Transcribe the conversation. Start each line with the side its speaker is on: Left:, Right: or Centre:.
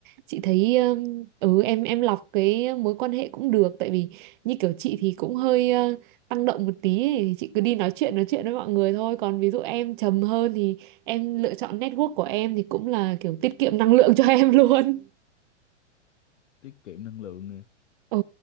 Right: chị thấy um, ừ em em lọc cái mối quan hệ cũng được tại vì như kiểu chị thì cũng hơi uh, tăng động một tí ấy. thì Chị cứ đi nói chuyện nói chuyện với mọi người thôi còn ví dụ em trầm hơn thì em lựa chọn network của em thì cũng là kiểu tiết kiệm năng lượng cho <laughs> em luôn.
Left: tiết kiệm năng lượng nè
Right: Ừ,